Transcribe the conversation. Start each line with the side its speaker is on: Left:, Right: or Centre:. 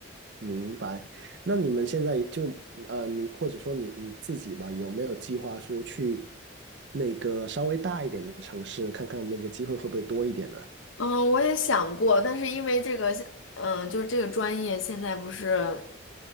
Right: 明白。那你们现在就呃，你或者说你你自己吧，有没有计划说去那个稍微大一点的城市，看看那个机会会不会多一点呢？
Left: 嗯，我也想过，但是因为这个现，嗯，就是这个专业现在不是